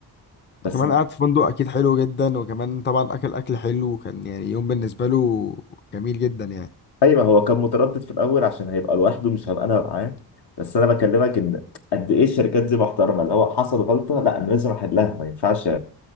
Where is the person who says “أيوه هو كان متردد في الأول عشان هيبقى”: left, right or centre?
Left